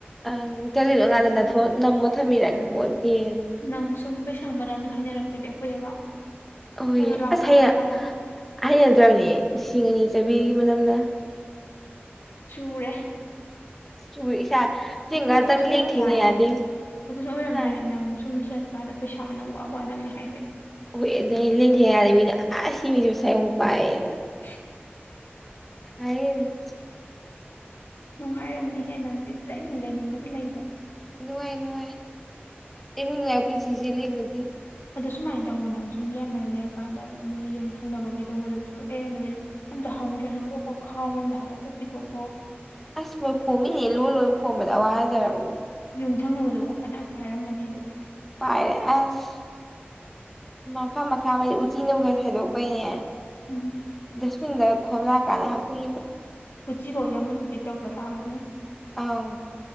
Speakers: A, in the centre; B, on the left.
A: ꯑꯪ <unintelligible> ꯀꯥꯟꯗ ꯐꯣꯟ ꯅꯝꯃ ꯊꯝꯃꯤꯔ ꯈꯪꯄꯣꯟꯇꯦ
B: ꯅꯪ ꯁꯨꯝ ꯄꯩꯁꯥ ꯃꯅꯝꯗꯣ ꯍꯥꯏꯅꯔꯛꯇ꯭ꯔꯗꯤ ꯑꯩꯈꯣꯏꯗ ꯂꯥꯛꯑꯣ꯫
A: ꯑꯍꯣꯏ
B: ꯂꯩꯔꯣ ꯂꯥꯛꯑꯣ
A: ꯑꯁ
B: ꯉꯥꯛꯇ
A: ꯍꯥꯏ
B: ꯄꯣꯊꯥꯔꯣ ꯂꯥꯎ
A: ꯍꯥꯏꯅꯗ꯭ꯔꯕꯅꯦ ꯂꯤꯁꯤꯡ ꯑꯅꯤ ꯆꯕꯤꯒꯤ ꯃꯅꯝꯅ꯫
B: ꯆꯨꯔꯦ꯫
A: ꯆꯨꯔꯦ ꯏꯁꯥ ꯆꯤꯟ ꯉꯥꯛꯇꯪ
B: ꯑꯗꯨꯗ ꯑꯣꯏꯔꯝꯗꯥꯏꯅꯦ
A: ꯂꯦꯡꯊꯦꯡꯅ ꯌꯥꯗꯦ
B: ꯑꯗꯨꯗ ꯑꯣꯏꯔꯝꯗꯥꯏꯅꯦ
A: ꯍꯥ
B: ꯅꯪ ꯁꯨꯝ ꯆꯠ ꯀꯥꯟꯗ ꯄꯩꯁꯥ ꯃꯅꯝ ꯋꯥ ꯋꯥ ꯅꯝꯃꯦ ꯍꯥꯏꯁꯦ꯫
A: ꯑꯣ ꯑꯗꯨꯗ ꯂꯦꯟꯊꯦ ꯍꯥꯏꯔꯦ ꯃꯤꯅꯦ ꯑ ꯁꯤꯅꯤꯁꯨ ꯁꯥꯏꯌꯨꯛ ꯄꯥꯏꯑꯌꯦꯅ
B: <unintelligible>
A: ꯍꯥꯏ꯫
B: ꯅꯨꯡꯉꯥꯏꯔꯝꯅꯦꯍꯦ ꯅꯪꯗꯤ ꯂꯥꯏꯅꯤꯡ ꯂꯩꯅꯤꯡꯕꯗ ꯂꯩꯗ
A: ꯅꯨꯡꯉꯥꯏ ꯅꯨꯡꯉꯥꯏ ꯑꯩꯃꯨꯛ ꯅꯨꯪꯉꯥꯏꯕꯥ ꯄꯨꯟꯁꯤꯁꯦ ꯂꯩꯕꯣꯟꯇꯦ꯫
B: ꯑꯗꯣ ꯁꯨꯃꯥꯏꯅ ꯇꯧꯕ ꯅꯪ ꯁꯨꯝ ꯌꯥꯝꯃꯟꯅ ꯂꯩꯔ ꯀꯥꯟꯗ ꯅꯣꯏ ꯌꯨꯝ ꯊꯪꯅꯕ ꯀꯩꯗꯧꯕꯗꯁꯨ ꯑꯦ ꯅꯣꯏ ꯑꯝꯗ ꯍꯪꯉꯨꯗ꯭ꯔꯁꯨ ꯀꯣꯛ ꯀꯣꯛ ꯈꯥꯎ ꯑꯃ ꯑꯝꯗ ꯍꯥꯕꯣ ꯀꯣꯛ ꯄꯤꯊꯣꯛꯈꯣ꯫
A: ꯑꯁ ꯃꯣꯏ ꯈꯣꯝꯃꯤꯅꯦ ꯂꯣꯟ ꯂꯣꯟ ꯈꯣꯝꯕꯗ ꯑꯋꯥꯖꯔꯕꯅꯤ꯫
B: ꯌꯨꯝ ꯊꯪꯅꯕꯗꯨꯐꯥꯎ ꯐꯅꯌꯥꯝ ꯄꯥꯏꯔꯝꯃꯅꯤ ꯑꯗꯨꯗꯤ꯫
A: ꯄꯥꯏꯔꯦ ꯑꯁ ꯃꯐꯝ ꯑ ꯈꯃꯁꯦ ꯎꯆꯤꯅ <unintelligible> ꯊꯥꯏꯗꯣꯛꯄꯩꯅꯦ
B: ꯎꯝ
A: ꯗꯁꯕꯤꯟꯗ ꯈꯣꯝꯂꯛꯑꯀꯥꯟꯗ ꯍꯥꯞ <unintelligible>
B: ꯀꯆꯤꯐꯥꯎ ꯌꯥꯝꯃꯟꯗ ꯇꯦꯛ ꯇꯧꯔꯒ ꯂꯥꯛꯑꯃꯅꯤ꯫
A: ꯑꯧ